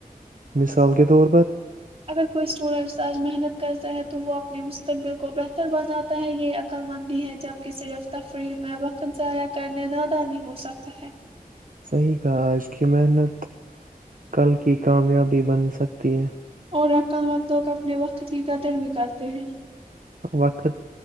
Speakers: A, on the right; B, on the right.
A: مثال کے طور پر
B: اگر کوئی اسٹوڈنٹس آج محنت کرتا ہے تو وہ اپنے مستقبل کو بہتر بناتا ہے یہ عقللمندی ہے جبکہ صرف تفریح میں وقت ضائع کرنے نادہ نہیں ہوسکتا ہے
A: صحیح کہا آج کی محنت کل کی کامیابی بن سکتی ہے
B: اور عقل وت لوگ اپنے وقت کی قدر بھی کرتے ہیں
A: وقت